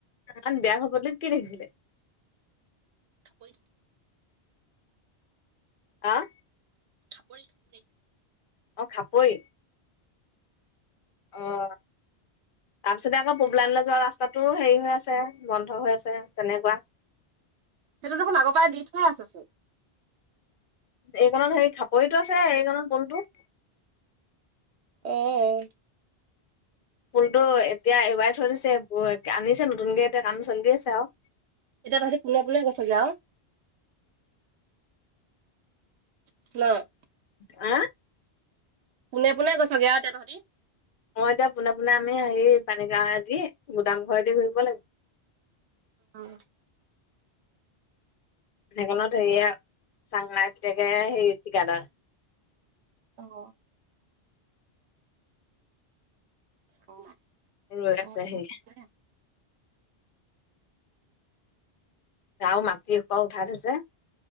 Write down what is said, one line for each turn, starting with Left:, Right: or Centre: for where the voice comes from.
Left: অ বিয়া খবৰটোত কি দেখিছিলে <unintelligible>
Right: কাপ <inaudible>
Left: আহ।
Right: খাবৰে খাবলৈ <inaudible>
Left: অ' খাবই। অঁ। তাৰপিছতে আকৌ পুবলাইনলৈ যোৱা ৰাস্তাটো হেৰি হৈ আছে বন্ধ হৈ আছে তেনেকুৱা।
Right: সেইটো দেখোন আগৰ পৰাই দি থুৱাই আছে চোন।
Left: এইকণত হেৰি খাপৰিতো আছে এইকণত পলটো।
Right: অঁ অঁ।
Left: ফুলতো এতিয়া এবাৰে থৈ দিছে, আনিছে নতুনকে এতিয়া কাম চলি আছে আৰু।
Right: এতি তাঁতিোনে বোলে আছ চাগে আৰু <inaudible> <unintelligible>
Left: হা?
Right: পোনে পোনে গৈছগে আৰু তহঁতি।
Left: অ' এতিয়া পোনে পোনে আমি হেৰি পানীগাঁৱ আদিি গুদাম ঘৰেদি ঘূৰিব লাগিব।
Right: অঁ।
Left: সেইখনত হেৰিয়া চাংলাই পিতোকে হেৰি ঠিকাদাৰ।
Right: অঁ। চাম
Left: ৰৈ
Right: চ
Left: আছে
Right: মাদে
Left: সেই
Right: চ <inaudible>
Left: গও মাটিসকও উঠাই থৈছে